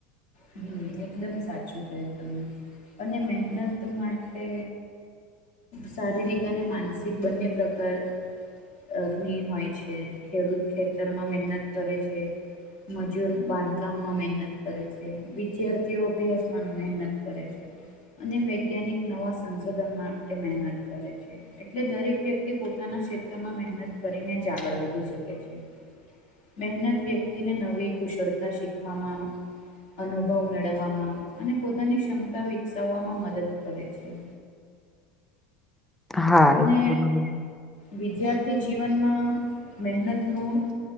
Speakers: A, on the left; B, in the centre.
A: હમ્મ, એકદમ સાચું ક્યું તમે અને મહેનત માટે શારીરિક અને માનસિક બંને પ્રકાર અગ્નિ હોય છે ખેડૂત ખેતરમાં મહેનત કરે છે મજૂર બાંધકામમાં મહેનત કરે છે વિદ્યાર્થીઓ અભ્યાસમાં ન મહેનત કરે છે. અને વૈજ્ઞાનિક નવા સંશોધન માટે મહેનત કરે છે એટલે દરેક વ્યક તી પોતાના ક્ષેત્રમાં મહેનત કરીને જ આગળ વધી શકે છે. મહેનત વ્યક્તિને નવી કુશળતા શીખવામાં આવે અનુભવ મેળવવામાં અને પોતાની ક્ષમતા વિકસાવવામાં મદદ કરે છે.
B: હા
A: અને
B: એ તો-
A: વિદ્યાર્થી જીવનમાં મહેનતનું